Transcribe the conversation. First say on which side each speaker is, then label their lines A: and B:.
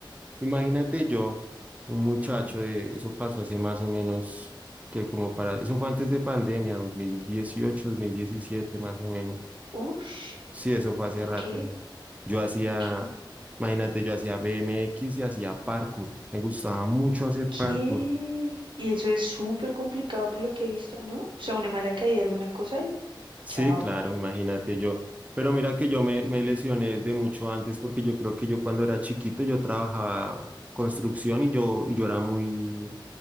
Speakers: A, on the right; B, on the right.
A: imagínate yo, un muchacho
B: ujú.
A: de, eso pasó hace más o menos que como para, eso fue antes de pandemia, 2018, 2017 más o menos.
B: Ush,
A: Sí, eso fue hace
B: ok,
A: rato. Yo hacía,
B: ok.
A: imagínate, yo hacía BMX y hacía parkour. Me gustaba mucho hacer
B: ¿Qué?
A: parkour.
B: Y eso es súper complicado por lo que he visto, ¿no? O sea, una mala caída, alguna cosa y
A: Sí,
B: chao.
A: claro, imagínate yo. Pero mira que yo me, me lesioné desde mucho antes porque yo creo que yo cuando era chiquito yo trabajaba construcción y yo, y yo era muy,